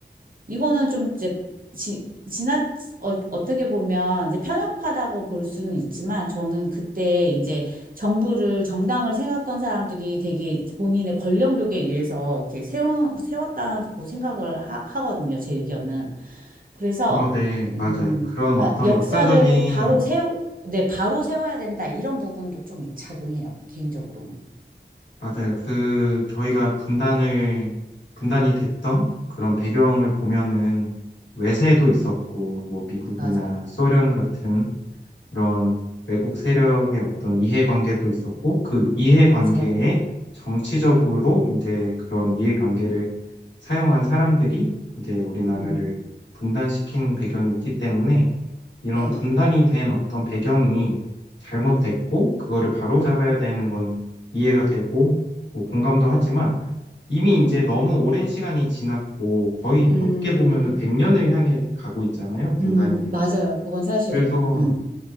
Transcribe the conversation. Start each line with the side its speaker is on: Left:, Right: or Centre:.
Right: 이거는 좀 이제 지, 지나 어, 어떻게 보면 이제 편협하다고 볼 수는 있지만 저는 그때 이제 정부를 정당을 세웠던 사람들이 되게 본인의 권력욕에 의해서 이렇게 세운 세웠다고 생각을 하, 하거든요. 제 의견은. 그래서
Left: 어, 네,
Right: 음,
Left: 맞아요. 그런
Right: 그러니까
Left: 어떤
Right: 역사를
Left: 역사적인
Right: 바로 세워 네, 바로 세워야 된다. 이런 부분도 좀 작용해요. 개인적으로는.
Left: 맞아요. 그, 저희가 분단을, 분단이 됐던 그런 배경을 보면은 외세도 있었고, 뭐 미국이나
Right: 맞아요.
Left: 소련 같은 그런 외국 세력의 어떤 이해관계도 있었고, 그 이해관계에
Right: 맞아요.
Left: 정치적으로 이제 그런 이해관계를 사용한 사람들이 이제 우리나라를
Right: 음.
Left: 분단시킨 배경이 있기 때문에 이런
Right: 네.
Left: 분단이 된 어떤 배경이 잘못됐고, 그거를 바로잡아야
Right: 음.
Left: 되는 건 이해가 되고, 뭐 공감도 하지만 이미
Right: 음.
Left: 이제 너무 오랜 시간이 지났고, 거의
Right: 음.
Left: 어떻게 보면은 100년을 향해 가고 있잖아요, 분단이
Right: 음,
Left: 된
Right: 맞아요.
Left: 지.
Right: 그건 사실이에요.
Left: 그래서
Right: 음,